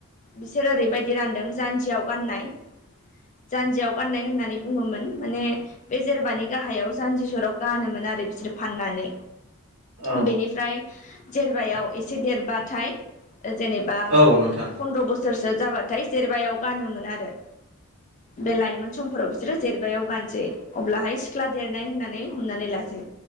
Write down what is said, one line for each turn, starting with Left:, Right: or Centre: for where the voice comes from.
Left: बिसोर ओरैबायदि रानदों जानजियाव गाननाय जानजियाव गाननाय होननानै बुङोमोन माने बे जेरबानि गाहायाव जान्जिजराव गानोमोन आरो बिसोर फाननानै
Right: औ
Left: बेनिफ्राय जेरबायाव एसे देरबाथाय जेनेबा
Right: औ नोंथां नोंथां
Left: फन्द्र' बोसोरसो जाबाथाय जेरबायाव गानोमोन आरो बे लाइमोन समफोराव बिसोरो जेरबायाव गानसै अब्लाहाय सिख्ला देरनाय होननाय हमनानै लासै